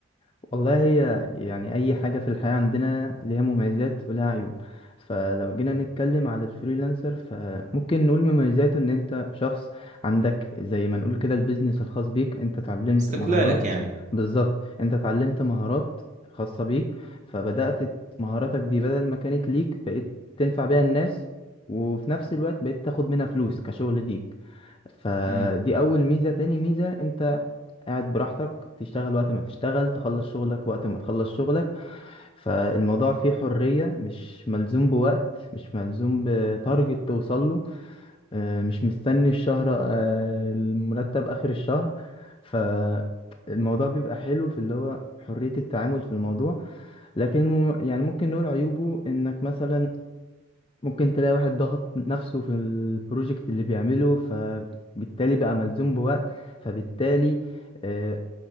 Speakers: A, on the left (about 25°); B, on the right (about 35°).
A: والله هي يعني أي حاجة في الحياة عندنا ليها مميزات ولها عيوب فلو جينا نتكلم على الفريلانسر فممكن نقول مميزاته إن أنت شخص عندك زي ما نقول كده البيزنس الخاص بيك أنت اتعلمت
B: استقلالك
A: مهارات
B: يعني
A: بالظبط أنت اتعلمت مهارات خاصة بيك فبدأت مهاراتك دي بدل ما كانت ليك بقيت تنفع بيها الناس وفي نفس الوقت بقيت تاخد منها فلوس كشغل ليك فدي
B: مم.
A: أول ميزة تاني ميزة أنت قاعد براحتك تشتغل وقت ما تشتغل تخلص شغلك وقت ما تخلص شغلك فالموضوع فيه حرية مش ملزوم بوقت مش ملزوم بتارجت توصل له آه، مش مستني الشهر آه، المرتب آخر الشهر فالموضوع بيبقى حلو في اللي هو حرية التعامل في الموضوع لكن مو- يعني ممكن نقول عيوبه انك مثلا ممكن تلاقي واحد ضغط نفسه في البروجكت اللي بيعمله فبالتالي بقى ملزوم بوقت فبالتالي آه،